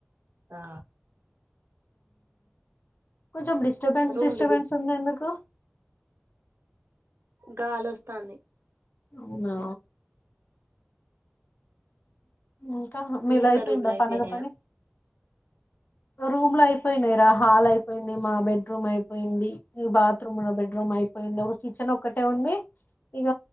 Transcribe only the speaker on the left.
కొంచం డిస్టబెన్స్
డిస్టబెన్స్
ఉన్న ఎందుకు
అవునా ఇంకా
మీదైపోయిందా
పండగ పని రూమ్ లో అయిపోయినాయి రా హాల్ అయిపోయింది మా బెడ్రూమ్ అయిపోయింది ఈ బాత్రూమ్ ఉన్న బెడ్రూమ్ అయిపోయింది ఒక కిచెన్ ఒక్కటే ఉంది ఇక